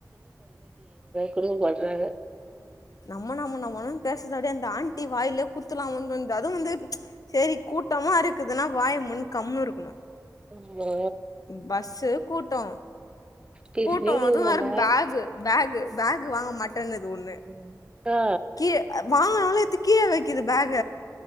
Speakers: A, on the right; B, on the left.
A: குடுகும் போட்றாங்க
B: நம்ம நம்ம நமனுன் பேசறதப்டியே அந்த ஆண்டி வாயிலேக் குத்துலாம் வந் தோண்து அது வந்து சேரிக் கூட்டமா இருக்குதுனா வாயமூன் கம்னு இருக்குணு
A: அம்மா
B: பஸ்ஸு கூட்டோ
A: பேசினே
B: கூட்டோ
A: இருக்குமால்ல.
B: அது வேறப் பேகு பேகு பேகு வாங்க மாட்டேன்னுது ஒன்னு
A: ம். ஆ.
B: கீழ அ வாங்கனாலு எத்து கீழ வெக்குது பேக